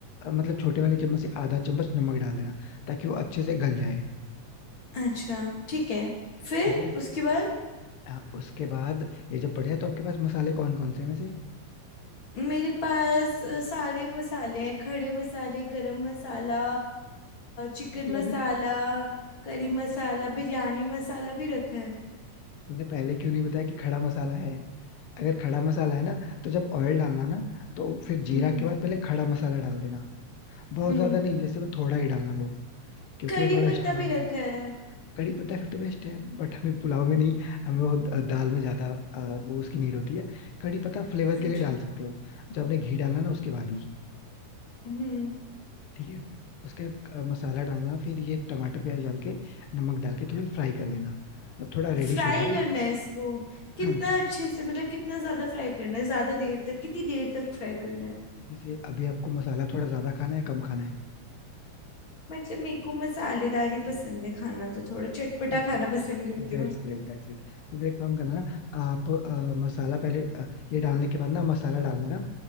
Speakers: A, on the left; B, on the left.
A: अ, मतलब छोटे वाले चम्मच से आधा चम्मच नमक डाल देना ताकि वो अच्छे से गल जाए
B: अच्छा ठीक है फिर
A: ठीक है
B: उसके बाद
A: हाँ उसके बाद ये जब पड़ जाए तो आपके पास मसाले कौन कौन से हैं वैसे
B: मेरे पास अ, सारे मसाले हैं खड़े मसाले गरम मसाला चिकन
A: तो फिर
B: मसाला
A: आपने
B: करी मसाला बिरयानी मसाला भी रखा है
A: तुमने पहले क्यों नहीं बताया कि खड़ा मसाला है अगर खड़ा मसाला है ना तो जब ऑयल डालना ना तो फिर
B: हम्म
A: जीरा के बाद पहले खड़ा मसाला डाल देना बहुत
B: हम्म
A: ज्यादा नहीं जैसे वो थोड़ा ही डालना वो क्योंकि
B: करी
A: वो थोड़ा
B: पत्ता
A: स्ट्रॉन्ग
B: भी रखा है
A: कड़ी पत्ता फिर तो बेस्ट है बट हमें पुलाव में नहीं हमें वो द- दाल में ज्यादा अ, वो उसकी नीड होती है कड़ी पत्ता फ्लेवर के
B: अच्छा
A: लिए डाल सकते हो जब आपने घी डालना ना उसके बाद ही
B: हम्म
A: ठीक है उसके बाद अ, मसाला डालना फिर ये टमाटर प्याज डाल के नमक डाल के थोड़ा फ्राई कर लेना जब थोड़ा
B: फ्राई
A: रेडिश हो जाए
B: करना है इसको कितना
A: हाँ
B: अच्छे से मतलब कितना ज्यादा फ्राई करना है ज्यादा देर तक कितनी देर तक फ्राई करना है
A: जैसे अभी आपको मसाला थोड़ा ज्यादा खाना है कम खाना है
B: मतलब मेरे को मसालेदार ही पसंद है खाना तो थोड़ा चटपटा
A: ठीक ठीक
B: खाना
A: है
B: पसंद करती
A: That's
B: हूँ
A: great that's great तो फिर एक काम करना ना आप अ, मसाला पहले अ, ये डालने के बाद ना मसाला डाल देना